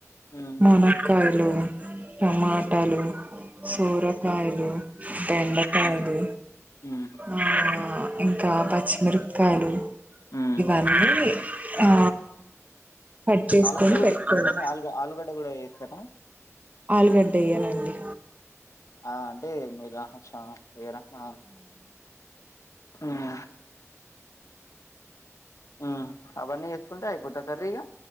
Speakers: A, on the left (about 75°); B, on the right (about 30°).
A: మ్,
B: మోనక్కాయల్ హలో టమాటాలు సూరకాయలు బెండకాయలు
A: మ్, మ్,
B: ఆ ఇంక పచ్చిమిరపకాయలు
A: మ్.
B: ఇవన్నీ ఆ కట్ చేసుకొని
A: ఆలుగడ్డ కూడా
B: పెట్టుకోవాలి
A: వేసుకుంటారండి ఆలుగ ఆలుగడ్డ కూడా వేస్తారా
B: ఆలుగడ్డ ఎయ్యాలండి
A: ఆ అంటే మీరు అనొచ్చ ఏరక్నా ఉమ్ ఉమ్ అవన్నీ చేసుకుంటే అయిపోతద కర్రీగా